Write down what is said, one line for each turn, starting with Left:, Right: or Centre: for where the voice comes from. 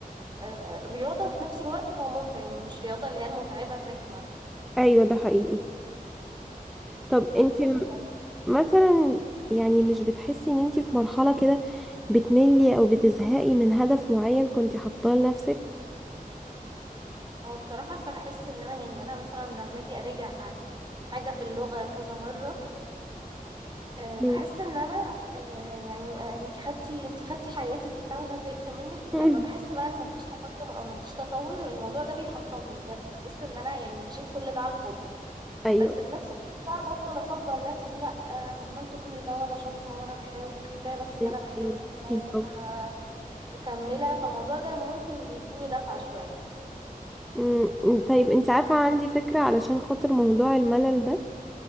Right: آه، آه، رياضه وفي نفس الوقت هو ممتع يعني مش رياضه اللي هي المتعبه الرخمه
Centre: ايوه ده حقيقي طب
Right: هنبسط
Centre: انتي م-
Right: أوي.
Centre: مثلا يعني مش بتحسي ان انتي في مرحلة كده بتملي او بتزهقي من هدف معين كنتي حاطاه لنفسك
Right: هو بصراحه بحس ان انا يعني انا مثلا لما اجي اراجع حاجه في اللغه كذا مره آه،
Centre: مم.
Right: بحس ان انا آه، يعني آه، انت خدتي انت خدتي حياتي كلها وانا زهقت منك
Centre: مم.
Right: ولما بحس بقى ان مفيش تقدم او مفيش تطور الموضوع ده بيحطمني بجد بحس ان انا يعني مشيت كل ده على الفاضي
Centre: <laughs> ايوه
Right: بس في نفس الوقت بقى بفضل اصبر نفسي لا آه، انا عملت كل ده وانا شاطره وانا بحاول كفايه بس ان
Centre: ايوه
Right: انا بحاول
Centre: حقيقي.
Right: كفايه
Centre: بالظبط.
Right: ان انا مكمله فالموضوع ده ممكن بيديني دفعه شويه
Centre: مم. طيب انتي عارفة عندي فكرة علشان خاطر موضوع الملل ده